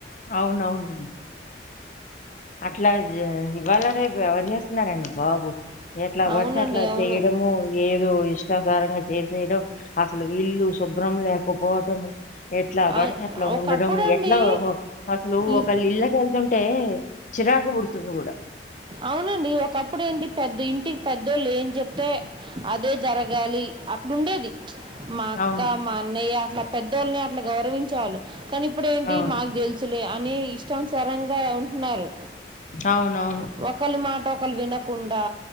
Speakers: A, on the left; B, on the right.
A: అవునవును అట్లా జే ఇవవాల రేపు బ ఎవరు చేస్తున్నారండి బాబు ఎట్లా పడితే
B: అవునండి.
A: అట్లా
B: అవును.
A: చేయడము ఏదో ఇష్టసారంగా చేసేయడం అసలు వీల్లు శుభ్రం లేకపోవటము ఎట్లా పడితే
B: ఆహ్,
A: అట్లా
B: ఒకప్పుడండి
A: ఉండడం ఎట్లా అసలు
B: ఈ
A: ఒక ఇళ్ళకి వెళ్తుంటే చిరాకు పుడుతుంది కూడా
B: అవునండి ఒకప్పుడు ఏంటి పెద్ద ఇంటికి పెద్దోళ్ళు ఏమ్ చెప్తే అదే జరగాలి అ ఇట్లుండేది మా అక్క
A: అవును
B: మా అన్నయ్య ఇట్ల పెద్ద పెద్దల్ని అట్లా గౌరవించాలి కానీ ఇప్పుడ ఏంటి
A: అవును
B: మాకు తెలుసులే అని స్టన్స్ స్రంగా ఉంటున్నారు
A: అవునవును
B: ప్చ్ ఒకలి మాట ఒకలు వినకుండా